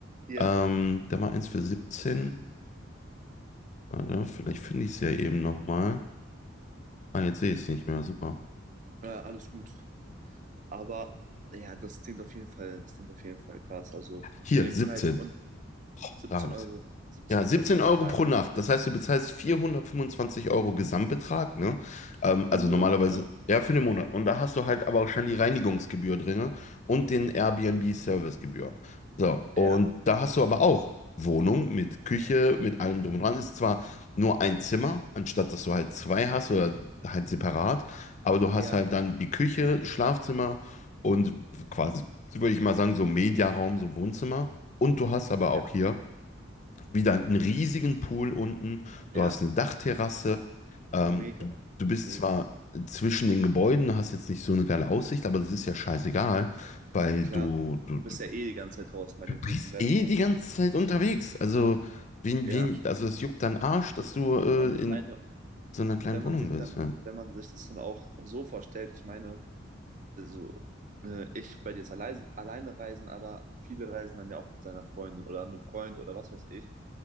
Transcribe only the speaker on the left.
Ähm, da war eins für 17. Warte, vielleicht finde ich es ja eben nochmal. Ah, jetzt sehe ich es nicht mehr. Super.
Hier,
17.
Da habe
ich es.
Ja, 17
Euro
pro Nacht. Das heißt, du bezahlst 425 Euro Gesamtbetrag, ne? Ähm,
also
normalerweise,
ja, für den Monat. Und da hast du halt aber auch schon die Reinigungsgebühr drin und den Airbnb-Servicegebühr. So, und
da hast du aber auch Wohnung mit Küche, mit allem drum und dran. Ist zwar nur ein Zimmer, anstatt dass du halt zwei hast oder halt separat, aber du hast
halt dann die Küche, Schlafzimmer und quasi, würde ich mal sagen, so Mediaraum, so Wohnzimmer. Und du hast aber auch
hier wieder einen riesigen Pool unten, du
hast eine Dachterrasse, ähm,
du, du bist
zwar zwischen den Gebäuden, hast jetzt nicht so eine geile Aussicht, aber das ist ja scheißegal, weil
du, du,
du,
du
bist
eh die
ganze
Zeit unterwegs. Also, wen,
wen, also das juckt deinen Arsch, dass du äh,
in
so einer kleinen
Wohnung
bist.
Ja.